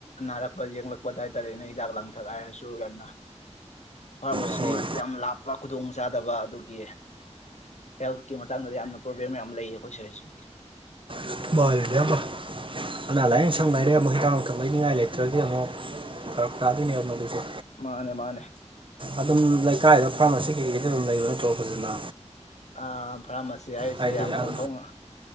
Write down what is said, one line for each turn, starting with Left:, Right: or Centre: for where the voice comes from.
Left: ꯅꯥꯔꯛꯄ ꯌꯦꯡꯂꯛꯄ ꯑꯗꯨ ꯍꯥꯏ ꯇꯔꯦꯅꯦ ꯍꯤꯗꯥꯛ ꯂꯥꯡꯊꯛ ꯍꯥꯏꯔꯁꯨ ꯌꯥꯝꯅ ꯐꯥꯔꯃꯥꯁꯤ
Right: ꯍꯣꯏ
Left: ꯌꯥꯝ ꯂꯥꯞꯄ ꯈꯨꯗꯣꯡ ꯆꯥꯗꯕ ꯑꯗꯨꯒꯤ ꯍꯦꯜꯠꯀꯤ ꯃꯇꯥꯡꯗꯗꯤ ꯌꯥꯝꯅ ꯄ꯭ꯔꯣꯕ꯭ꯂꯦꯝ ꯌꯥꯝ ꯂꯩꯌꯦ ꯑꯩꯈꯣꯏ ꯁꯋ꯭ꯥꯏꯁꯤꯗꯤ
Right: <unintelligible> ꯑꯅꯥ ꯂꯥꯏꯌꯦꯡ ꯁꯪ ꯂꯩꯔꯦ ꯑꯃꯨꯛ ꯍꯤꯗꯥꯛ ꯂꯥꯡꯊꯛ ꯂꯩꯅꯤꯡꯉꯥꯏ ꯂꯩꯇ꯭ꯔꯗꯤ ꯑꯃꯨꯛ ꯐꯔꯛ ꯇꯥꯗꯣꯏꯅꯦꯕ ꯇꯧꯗꯨꯏꯁꯦ
Left: ꯃꯥꯅꯦ ꯃꯥꯅꯦ
Right: ꯑꯗꯨꯝ ꯂꯩꯀꯥꯏꯗ ꯐꯥꯔꯃꯥꯁꯤ ꯀꯩꯀꯩꯗꯤ ꯑꯗꯨꯝ ꯂꯩꯕ ꯅꯠꯇ꯭ꯔꯣ ꯐꯖꯅ
Left: ꯑ ꯐꯥꯔꯃꯥꯁꯤ ꯍꯥꯏꯔꯤꯁꯦ
Right: ꯍꯥꯏꯗꯤ
Left: ꯌꯥꯝ ꯑꯣꯟꯊꯣꯛꯅ
Right: ꯑ-